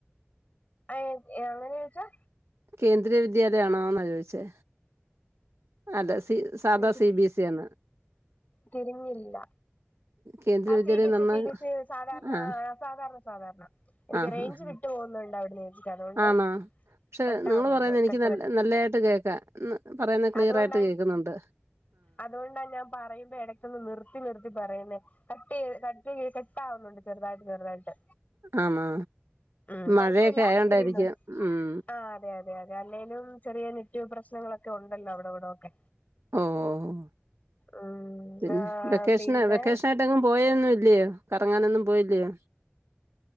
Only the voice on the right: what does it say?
കേന്ദ്രീയ വിദ്യാലയ ആണോ എന്നാ ചോദിച്ചേ അല്ല സി സാദാ
സി ബി എസ്‌ ഇ ആന്ന
കേന്ദ്ര
വിദ്യാലയം
എന്ന് പറഞ്ഞാൽ
ആഹ്
ആഹ്
ആഹ്
ആണോ പക്ഷെ
നിങ്ങള് പറയുന്ന എനിക്ക്
ന
നല്ലയായിട്ട് കേൾക്കാ പറയുന്ന ക്ലിയർ
ആയിട്ട് കേക്കുന്നുണ്ട്
ആന്നാ
മഴയൊക്കെ ആയതൊണ്ടായിരിക്കും
ഉം
ഓ ഓ
പിന്നെ
വെക്കേഷന്
വെക്കേഷനായി ട്ടെങ്ങും പോയൊന്നും ഇല്ലയോ കറങ്ങാനൊന്നും പോയില്ലയോ